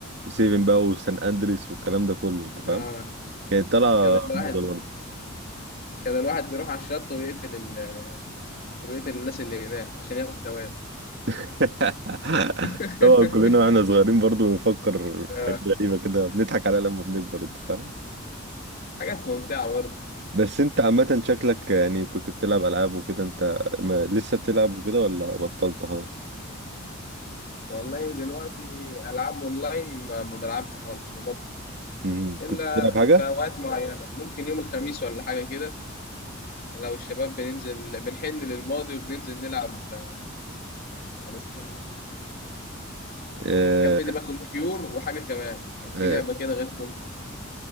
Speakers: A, on the right; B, on the left.
A: 7 بقى وسان اندريس والكلام ده كله انت فاهم
B: اه
A: كانت طالعة
B: كان الواحد
A: موضة برضو
B: كان الواحد بيروح على الشط ويقتل ال... ويقتل الناس اللي هناك عشان ياخد ثواب
A: <laughs>
B: <laughs>
A: طبعا كلنا واحنا صغيرين برضو بنفكر في
B: آه.
A: حاجات غريبة كده بنضحك عليها لما بنكبر انت فاهم
B: حاجات ممتعة برضه
A: بس انت عامة شكلك يعني كنت بتلعب العاب وكده انت ما لسه بتلعب وكده ولا بطلت خلاص
B: والله دلوقتي ألعاب أونلاين ما ما بلعبش خالص مبطل
A: مم.
B: إلا
A: كنت بتلعب حاجة؟
B: في أوقات معينة ممكن يوم الخميس ولا حاجة كده لو الشباب بننزل بنحن للماضي وبننزل نلعب آه، كان اسمها لعبة
A: آه،
B: كانت بتبقى كونكيور وحاجة كمان كان
A: آه.
B: في لعبة كده غير كونكر